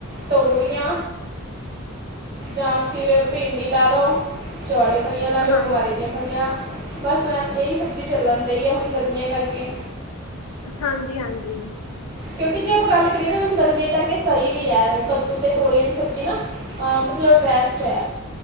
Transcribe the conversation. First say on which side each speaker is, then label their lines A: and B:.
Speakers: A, on the right; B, on the left.
A: ਤੋਰੀਆਂ ਜਾਂ ਫਿਰ ਭਿੰਡੀ ਲਾ ਲੋ ਚੌਲੇ ਫਲੀਆਂ ਲਾ ਲੋੋ
B: ਹਾਂ
A: ਗਮਾਰੇ ਦੀਆਂ ਫਲੀਆਂ ਬਸ ਮੈਮ ਇਹੀ ਸਬਜ਼ੀ ਚੱਲਣਦੀ ਆ ਹੁਣ ਗਰਮੀਆਂ ਕਰਕੇ
B: ਹਾਂਜੀ ਹਾਂਜੀ
A: ਕਿਉਂਕਿ ਜੇ ਆਪਾਂ ਗੱਲ ਕਰੀਏ ਨਾ ਗਰਮੀਆਂ ਕਰਕੇ ਸਹੀ ਵੀ ਹੈ ਕੱਦੂ ਅਤੇ ਤੋਰੀਆਂ ਦੀ ਸਬਜ਼ੀ ਨਾ ਮਤਲਬ ਬੈਸਟ ਹੈ